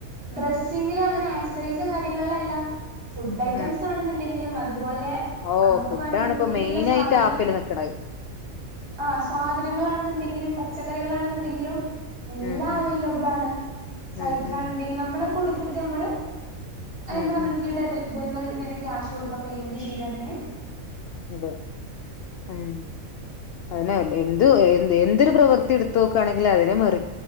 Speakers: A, on the right; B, on the left.
A: ഡ്രസ്സിങ്ങില് അങ്ങനെ ആക്സസറീസ് കാര്യങ്ങളിലല്ല ഫുഡ് ഐറ്റംസ്
B: ആ
A: ആണെന്നുണ്ടെങ്കിലും അത് പൂവല്ലേ നമുക്ക്
B: ഓ ഫുഡാണ്
A: വേണ്ട വീട്ടിക്കുള്ള
B: ഇപ്പോ മെയിൻ
A: സാധന
B: ആയിട്ട് ആപ്പിൽ നിക്കണത്
A: ആ സാധനങ്ങളാണെന്ന്ണ്ടെങ്കിലും പറ്റ് പച്ചക്കറികളാണെന്ന്ണ്ടെങ്കിലും എല്ലാം
B: ഉം ഉം
A: അവൈലബിൾ ആണ് സൈറ്റിലാണന്ന്ണ്ടെങ്കി
B: ഉം ഉം
A: നമ്മള് കൊടു ത്ത്ട്ട് അമ്മള് അയിന്
B: ഉം
A: വന്നിട്ട്ള്ള
B: ഉം
A: ഡെലി ഡെലിവറി തെന്റെ കാഷ് കൊടുക്ക പെയ്മെന്റ് ചെയ്താ പിന്നെ
B: അതെ ഉം അതിന എന്ത് എന്തൊരു പ്രവർത്തി എടുത്തോക്കാണെകിലും അതിനെ മറി